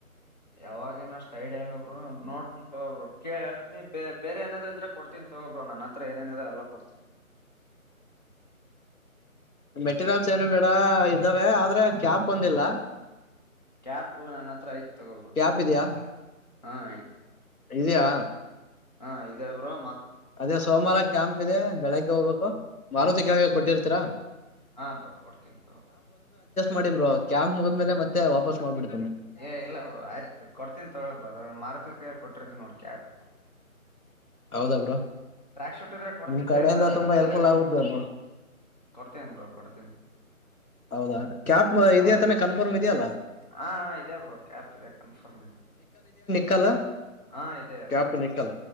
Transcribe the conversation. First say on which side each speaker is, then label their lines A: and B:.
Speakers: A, on the left; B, on the left.
A: ಯಾವಾಗ ಏನಷ್ಟ ಐಡಿಯಾ ಇಲ್ಲಬ್ರು ನೋಡ್ತನಿ ತಗೊಬರು ಕೇಳ ಹೇಳ್ತಿನಿ ಬೇರೆ ಏನಾದ್ ಇದ್ರೆ ಕೊಡ್ತೀನಿ ತಗೊ ಬ್ರೋ ನಾನ ಹತ್ರ ಏನೇನ ಅದ ಎಲ್ಲ ಕೊಡ್ತೀನಿ
B: ಮೆಟೀರಿಯಲ್ಸ್ ಏನು ಬಿೇಡ ಇದ್ದಾವೆ ಆದ್ರೆ ಕ್ಯಾಪ್ ಬಂದಿಲ್ಲ
A: ಕ್ಯಾಪ್ ನನ್ನ ಹತ್ರ ಆಯ್ತು ತಗೋರು
B: ಕ್ಯಾಪ್ ಇದೆಯಾ
A: ಹ ಆಯ್ತ
B: ಇದೆಯಾ
A: ಆ ಇದೆ ಗುರು
B: ಅದೇ ಸೋಮವಾರ ಕ್ಯಾಂಪ್ ಇದೆ ಬೆಳಿಗ್ಗೆ ಹೋಗ್ಬೇಕು ಮಾರುತಿ ಕಾಗ ಕೊಟ್ಟಿರ್ತೀರಾ
A: ಹಾ ಬ್ರೋ ಕೊಡ್ತೀನ್ ಬ್ರೋ
B: ಮಾಡಿದ್ರರು ಕ್ಯಾಪ್ ಮುಗಿದ ಮೇ ಮತ್ತೆ ವಾಪಸ್ ಮಾಡಬಿರು
A: ಏ ಇಲ್ಲ ಬ್ರರು ಆಯ್ತು ಕೊಡ್ತೀಿ ತೊಳಳ್ ಬ್ರರು ಅದ್ರ ಮಾರುತಿಲ್ ಕೈಯಲ್ಲಿ ಕೊಟ್ಟಿರ್ತೀಿ ನೋಡ್ ಕ್ಯಾಪ್
B: ಹೌದಾ ಬ್ರೋ
A: ಟ್ರ್ಯಾಕ್ ಶುಟ್ ಇದ್ರೆ ಕೊಡ್ತಿದ್ದೆ
B: ನಿಮ್ ಕಡೆಯಿಂದ
A: ನಾ
B: ತುಂಬಾ
A: ಬೇರೆಯವ್ರ
B: ಹೆಲ್ಪ್ಫುಲ್ ಆಗುತ್ತೆ
A: ಕೊಟ್ಟಿದ್ದೆ
B: ಬ್ರೋ
A: ಕೊಡ್ತೀನಿ ಬ್ರೋ ಕೊಡ್ತೀನಿ
B: ಹೌದಾ ಕ್ಯಾಪ್
A: ಹಾ
B: ಇದದೆತಾನೆ ಕನ್ಫರ್ಮ್ ಇದೆಯಲ್ಲ
A: ಹಾ ಬ್ರೋ ಕ್ಯಾಪ್ ಕನ್ಫರ್ಮ್
B: ಕಲರ್
A: ಹಾ ಇದೆ ಎಲ್ಲ
B: ಕ್ಯಾಪು
A: ಇದೆ.
B: ನಿಕ್ಕಲ್